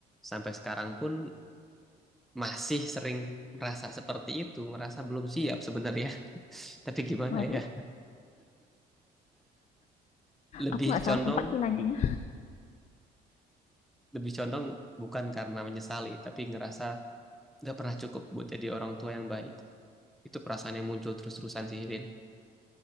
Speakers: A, in the centre; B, on the left.
A: sampai sekarang pun masih sering merasa seperti itu, merasa belum siap sebenarnya. <laughs> Tapi gimana
B: Waduh,
A: ya? Lebih
B: aku nggak salah
A: condong
B: tempat sih nanyanya.
A: lebih condong bukan karena menyesali, tapi ngerasa nggak pernah cukup buat jadi orang tua yang baik. Itu perasaan yang muncul terus-terusan sih, Rin.